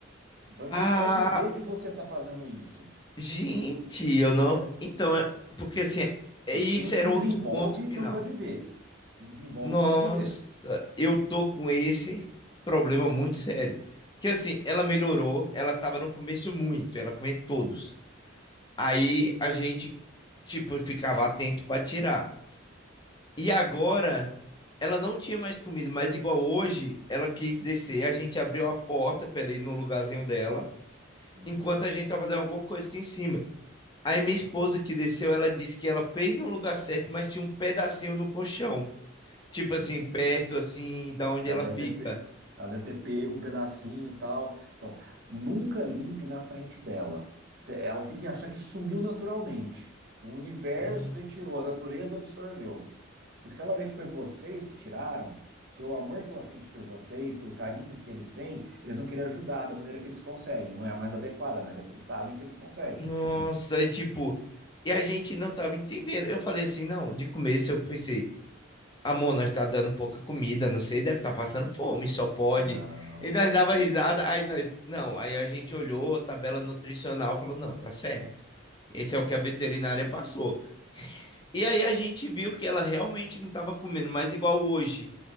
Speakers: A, on the right (about 50°); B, on the left (about 20°).
A: Então ele
B: Ah,
A: não pode ver que você está fazendo isso.
B: gente, eu não. Então, é... porque assim, é-
A: É
B: isso
A: que quem, quem
B: era
A: desenvolve
B: outro ponto final.
A: não pode ver. Quem desenvolve
B: Nossa,
A: não pode ver.
B: eu tô com esse problema muito sério. Que assim, ela melhorou, ela tava no começo muito, ela comia todos. Aí a gente, tipo, ficava atento pra tirar. E agora, ela não tinha mais comida, mas igual hoje, ela quis descer, a gente abriu a porta pra ela ir no lugarzinho dela,
A: Uhum.
B: enquanto a gente tava fazendo alguma coisa aqui em cima. Aí minha esposa que desceu, ela disse que ela fez no lugar certo, mas tinha um pedacinho no colchão. Tipo assim,
A: Uhum.
B: perto assim, da onde
A: Ela
B: ela
A: deve
B: fica.
A: ter, pe- ela deve ter pego um pedacinho e tal. Então, nunca limpe na frente dela. Cê- Ela tem que achar que sumiu naturalmente. O universo
B: Hum,
A: retirou, a natureza absorveu. Porque se ela vê que foi vocês que tiraram, pelo amor que ela sente por vocês, pelo carinho que que eles têm, eles vão querer ajudar da maneira que eles conseguem. Não é a mais adequada, mas é que eles sabem que eles conseguem.
B: Nossa, e tipo, e a gente não tava entendendo. Eu falei assim, não, de começo eu pensei, amor, nós tá dando pouca comida, não sei, deve estar passando fome, só pode.
A: Não.
B: E nós dava risada, aí nós, não, aí a gente olhou a tabela nutricional, falou, não, tá certo. Esse é o que a veterinária passou. E aí a gente viu que ela realmente não estava comendo, mas igual hoje.